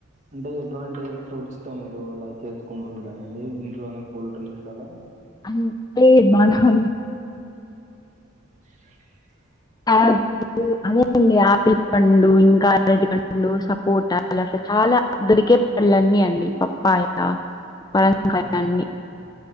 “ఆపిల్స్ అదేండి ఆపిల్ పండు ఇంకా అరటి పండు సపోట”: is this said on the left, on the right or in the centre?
Left